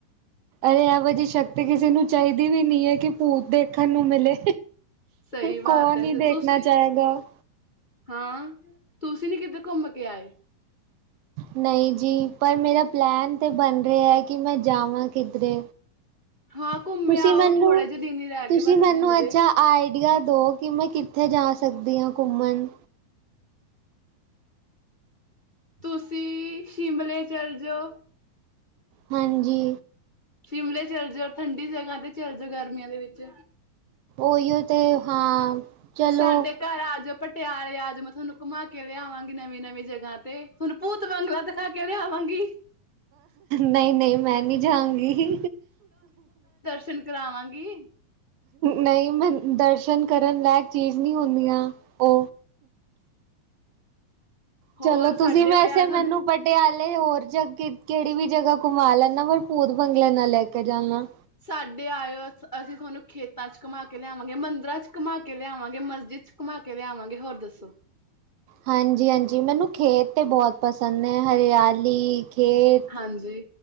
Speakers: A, on the right; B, on the left.
A: ਅਰੇ ਐਵੋ ਜੀਅ ਸ਼ਕਤੀ ਕਿਸੇ ਨੂੰ ਚਾਈਦੀ ਵੀ ਨਈ ਐ ਕਿ ਭੂਤ ਦੇਖਣ ਨੂੰ ਮਿਲੇ।
B: ਸਹੀ ਬਾਤ
A: ਕੌਣ
B: ਹੈ
A: ਈ
B: ਸਰ
A: ਦੇਖਣਾ
B: ਤੁਸੀਂ
A: ਚਾਏਗਾ।
B: ਹਾਂ ਤੁਸੀਂ ਨੀ ਕੀਤੇ ਘੁੰਮ ਕੇ ਆਏ।
A: ਨਈ ਜੀ ਪਰ ਮੇਰਾ ਪਲੈਨ ਤਾਂ ਬਣ ਰੇਏਆ ਕਿ ਮੈਂ ਜਾਵਾਂ ਕਿੱਧਰੇ।
B: ਹਾਂ
A: ਤੁਸੀਂ
B: ਘੁੰਮੇ ਆਓ
A: ਮੈਨੂੰ,
B: ਥੋੜੇ ਜਿਹੇ ਦਿਨ ਹੀ ਰਹਿ
A: ਤੁਸੀਂ
B: ਗਏ ਬਸ
A: ਮੈਨੂੰ
B: ਜੂਨ ਦੇ
A: ਅੱਜ ਆਂ ਆਈਡੀਆ ਦੋ ਕਿ ਮੈਂ ਕਿੱਥੇ ਜਾ ਸਕਦੀ ਆ ਘੁੰਮਣ।
B: ਤੁਸੀਂ ਸ਼ਿਮਲੇ ਚੱਲ ਜੋ।
A: ਹਾਂਜੀ।
B: ਸ਼ਿਮਲੇ ਚੱਲ ਜੋ ਠੰਡੀ ਜਗ੍ਹਾ ਤੇ ਚੱਲ ਜੋ ਗਰਮੀਆਂ ਦੇ ਵਿੱਚ।
A: ਓਈਓ ਤੇ ਹਾਂ। ਚਲੋ
B: ਸਾਡੇ ਘਰ ਆ ਜੋ ਪਟਿਆਲੇ ਆ ਜੋ ਮੈਂ ਥੋਨੂੰ ਘੁੰਮਾ ਕੇ ਲਿਆਵਾਂਗੀ ਨਵੀਂ-ਨਵੀਂ ਜਗ੍ਹਾ ਤੇ ਥੋਨੂੰ ਭੂਤ ਬੰਗਲਾ ਦਿਖਾ ਕੇ ਲੈ ਆਵਾਂਗੀ।
A: ਨਈ-ਨਈ ਮੈਂ ਨੀ ਜਾਂਗੀ।
B: ਸ਼ਨ ਕਰਾਵਾਂਗੀ
A: ਨਈ ਮੈਂ ਦਰਸ਼ਨ ਕਰਨ ਲਾਇਕ ਚੀਜ਼ ਨੀ ਹੁੰਦੀਆਂ ਓ।
B: ਹੋਰ
A: ਚਲੋ
B: ਸਾਡੇ
A: ਤੁਸੀਂ ਵੈਸੇ
B: ਉਰੇ ਆ ਤੁਹਾਨੂੰ
A: ਮੈਨੂੰ। ਪਟਿਆਲੇ ਹੋਰ ਜਗ ਕੇੜੀ ਵੀ ਜਗਾ ਘੁੰਮਾ ਲੈਂਣਾ ਪਰ ਭੂਤ ਬੰਗਲੇ ਨਾ ਲੈ ਕੇ ਜਾਣਾ।
B: ਸਾਡੇ ਆਇਓ ਅਸੀਂ ਥੁਆਨੂੰ ਖੇਤਾਂ ਚ ਘੁਮਾ ਕੇ ਲਿਆਵਾਂਗੇ ਮੰਦਰਾਂ ਚ ਘੁਮਾ ਕੇ ਲਿਆਵਾਂਗੇ ਮਸਜਿਦ ਚ ਘੁਮਾ ਕੇ ਲਿਆਵਾਂਗੇ ਹੋਰ ਦੱਸੋ।
A: ਹਾਂਜੀ-ਹਾਂਜੀ ਮੈਨੂੰ ਖੇਤ ਤੇ ਬੋਤ ਪਸੰਦ ਨੇ ਹਰਿਆ ਲੀ ਖੇਤ
B: ਹਾਂਜੀ